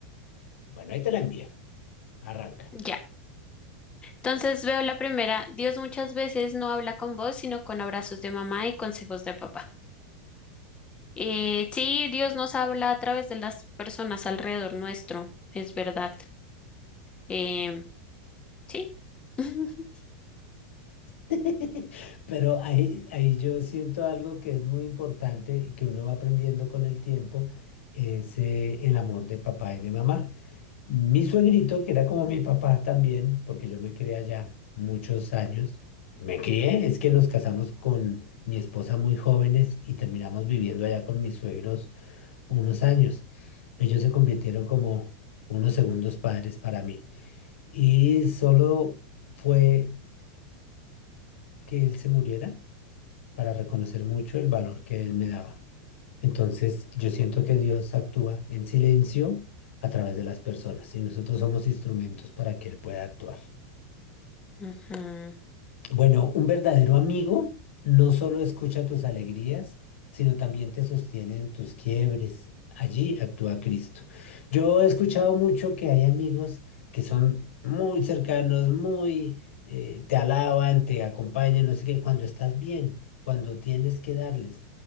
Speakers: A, on the left (about 85°); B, on the left (about 15°).
A: Bueno, ahí te la envié, arranca.
B: ya. Entonces veo la primera. Dios muchas veces no habla con voz, sino con abrazos de mamá y consejos de papá. Eh, sí, Dios nos habla a través de las personas alrededor nuestro, es verdad. Em, sí. <laughs>
A: <laughs> Pero ahí, ahí yo siento algo que es muy importante y que uno va aprendiendo con el tiempo, es eh, el amor de papá y de mamá. Mi suegrito, que era como mi papá también, porque yo me crié allá muchos años, me crié, es que nos casamos con mi esposa muy jóvenes y terminamos viviendo allá con mis suegros unos años. Ellos se convirtieron como unos segundos padres para mí. Y solo fue que él se muriera para reconocer mucho el valor que él me daba. Entonces, yo siento que Dios actúa en silencio a través de las personas y nosotros somos instrumentos para que él pueda actuar.
B: Ujú.
A: Bueno, un verdadero amigo no solo escucha tus alegrías, sino también te sostiene en tus quiebres. Allí actúa Cristo. Yo he escuchado mucho que hay amigos que son muy cercanos, muy eh, te alaban, te acompañan, no sé qué, cuando estás bien, cuando tienes que darles.